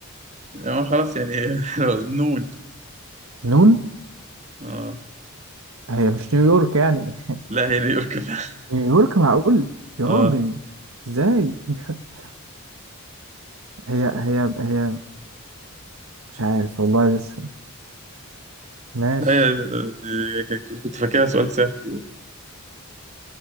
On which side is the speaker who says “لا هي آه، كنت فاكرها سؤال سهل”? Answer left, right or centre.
Right